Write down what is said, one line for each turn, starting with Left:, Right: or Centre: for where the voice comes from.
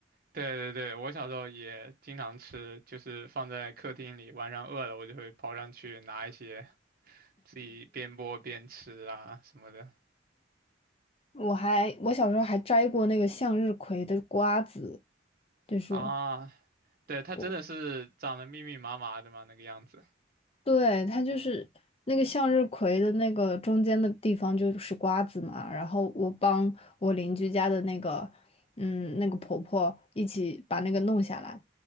Right: 对对对，我小时候也经常吃，就是放在客厅里，晚上饿了我就会跑上去拿一些，自己边剥边吃啊什么的。
Left: 我还我小时候还摘过那个向日葵的瓜子，就是。
Right: 啊，对，它真的是长得密密麻麻的嘛，
Left: 我。
Right: 那个样子。
Left: 对，它就是那个向日葵的那个中间的地方就是瓜子嘛，然后我帮我邻居家的那个，嗯，那个婆婆一起把那个弄下来，